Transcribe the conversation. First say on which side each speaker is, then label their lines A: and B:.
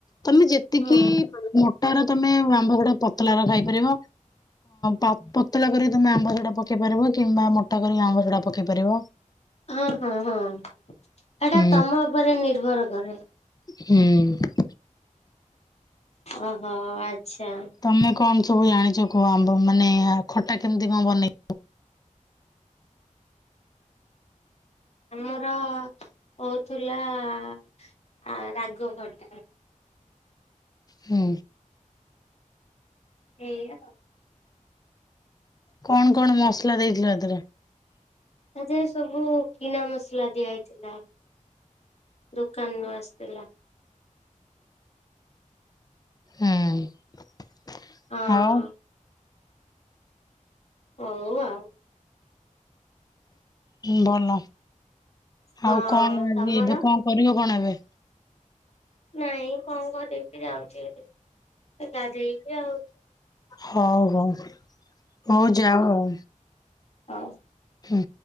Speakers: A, on the left; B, on the left.
A: ତମେ ଯେତିକି
B: ହଁ
A: ମୋଟାର ତମେ ଆମ୍ବ ଗୁଡା ପତଲ ର ଖାଇପାରିବ। କ ପତଳା କରିିକ ତମେ ଆମ୍ବ ସେଡା ପକେଇ ପାରିବ କିମ୍ବା ମୋଟା କରିକ ଆମ୍ବ ସେଡା ପକେଇ ପାରିବ।
B: ହଁ, ହଁ, ହଁ ଏଟା
A: ହୁଁ
B: ତମ ଉପରେ ନିର୍ଭର କରେ।
A: ହୁଁ।
B: ଓହୋ, ଆଚ୍ଛା।
A: ତମେ କଣ ସବୁ ଜାଣିଛ କୁହ? ଆମ୍ବ ମାନେ ଖଟା କେମିତି କଣ ବନେଇ
B: ଆମର ହଉଥିଲା ଆଁ ରାଗ ଖଟା।
A: ହୁଁ।
B: ଏଇୟା
A: କଣ କଣ ମସଲା ଦେଇଥିଲ ଏଥିରେ?
B: ତା ଦେହ ସବୁ କିଣା ମସଲା ଦିଆ ହେଇଥିଲା। ଦୋକାନରୁୁ ଆସିଥିଲା।
A: ହୁଁ।
B: ହଁ
A: ହାଉ
B: ହଉ, ଆଉ।
A: ଭଲ।
B: ହଁ
A: ଆଉ କଣ
B: ତମର
A: ଆଜି ଏବେ କଣ କରିବ କଣ ଏବେ?
B: ନାଇଁ କଣ କରି ଯାଉଛି ଗାଧେଇ ବିି ଆଉ
A: ହଉ ହଉ। ହଉ ଯାଉ ଆଉ
B: ଆଉ
A: ହୁଁ।